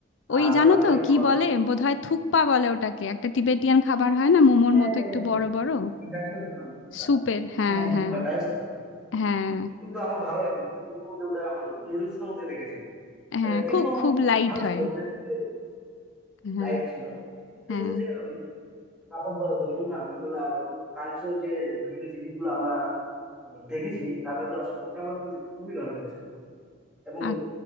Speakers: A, on the left; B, in the centre.
A: ওই
B: আর
A: জানো
B: বাঙালি
A: তো
B: খাবার
A: কি বলে
B: খুবই
A: বোধহয় থুকপা বলে ওটাকে একটা তিবেতিয়ান খাবার হয় না মোমোর
B: হ্যাঁ
A: মতো
B: হ্যাঁ
A: একটু
B: হ্যাঁ হ্যাঁ।
A: বড় বড়
B: আমি ট্রাই করেছিলাম শুক্তা।
A: স্যুপের হ্যাঁ
B: হ্যাঁ হ্যাঁ
A: হ্যাঁ
B: শুক্তা ট্রাই করেছিলাম
A: হ্যাঁ
B: কিন্তু আমার ভালো লাগে না সত্যি কথা বলতে ওটা আমার নুডলস এর মধ্যে লেগেছে
A: হ্যাঁ
B: আহ, কিন্তু
A: খুব খুব লাইট
B: ভালো
A: হয়
B: ছিল ওদের যে
A: হ্যাঁ
B: লাইট ছিল কিন্তু
A: হ্যাঁ
B: ওদের যে ওই কাপড় পরা ধরুন না ওগুলা কালচার যে বিভিন্ন জিনিসগুলো আমরা আহ, দেখেছি তাদের তো আসলে ওটা আমার কিন্তু খুবই ভালো লেগেছে এবং
A: আর